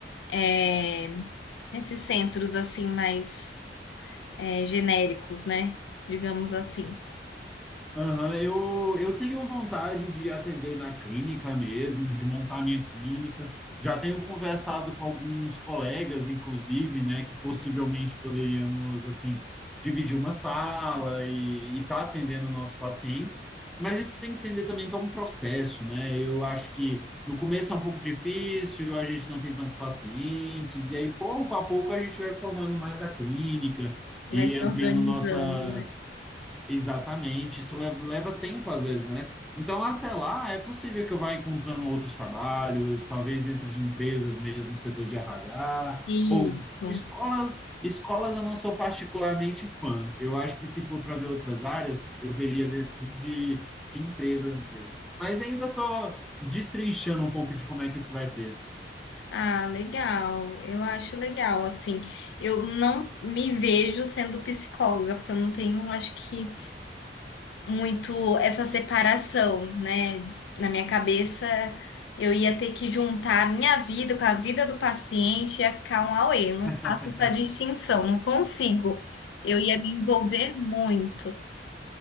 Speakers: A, on the left; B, in the centre.
A: é, nesses centros assim mais é, genéricos, né? Digamos assim.
B: Aham, eu, eu tenho vontade de atender na clínica mesmo, de montar minha clínica. Já tenho conversado com alguns colegas, inclusive, né, que possivelmente poderíamos, assim, dividir uma sala e estar atendendo nossos pacientes. Mas isso tem que entender também que é um processo, né? Eu acho que no começo é um pouco difícil, a gente não tem tantos pacientes, e aí pouco a pouco a gente vai formando mais a clínica
A: Vai
B: e
A: se
B: ampliando
A: organizando.
B: nossa Exatamente, isso leva, leva tempo às vezes, né? Então, até lá, é possível que eu vá encontrando outros trabalhos, talvez dentro de empresas mesmo, no setor de RH,
A: Isso.
B: ou escolas. Escolas eu não sou particularmente fã. Eu acho que se for para ver outras áreas, eu veria dentro de, de empresas mesmo. Mas ainda estou destrinchando um pouco de como é que isso vai ser.
A: Ah, legal. Eu acho legal, assim. Eu não me vejo sendo psicóloga, porque eu não tenho, acho que muito essa separação, né? Na minha cabeça, eu ia ter que juntar a minha vida com a vida do paciente, ia ficar um auê. Eu
B: <laughs>
A: não faço essa distinção, não consigo. Eu ia me envolver muito.